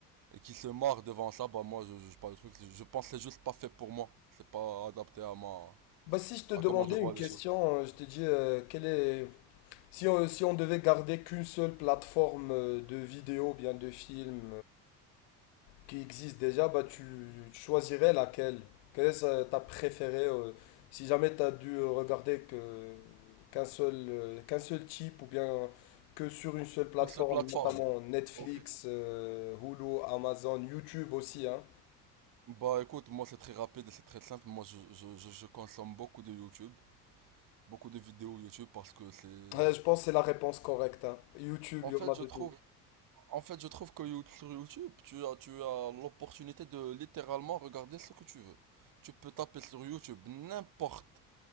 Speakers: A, on the right; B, on the left.
A: et, et qui se marrent devant ça, bah moi je juge pas le truc. Je pense que c'est juste pas fait pour moi. C'est pas adapté à ma,
B: Bah si je te
A: à
B: demandais
A: comment je vois
B: une question,
A: les choses.
B: euh, je te dis euh, quelle est si on, si on devait garder qu'une seule plateforme euh, de vidéo, bien de film, qui existe déjà, bah, tu, tu choisirais laquelle? Quelle est euh, ta préférée euh, si jamais tu as dû euh, regarder que, qu'un seul, euh, qu'un seul type ou bien que sur une seule plateforme,
A: Une seule plateforme.
B: notamment Netflix,
A: Ok.
B: euh, Hulu, Amazon, YouTube aussi, hein.
A: Bah écoute, moi c'est très rapide et c'est très simple. Moi je, je, je, je consomme beaucoup de YouTube, beaucoup de vidéos YouTube parce que c'est...
B: Ouais, je pense que c'est la réponse correcte, hein. YouTube,
A: En
B: il
A: fait
B: y en a
A: je
B: de
A: trouve,
B: tout.
A: en fait je trouve que You- sur YouTube, tu as, tu as l'opportunité de littéralement regarder ce que tu veux. Tu peux taper sur YouTube n'importe,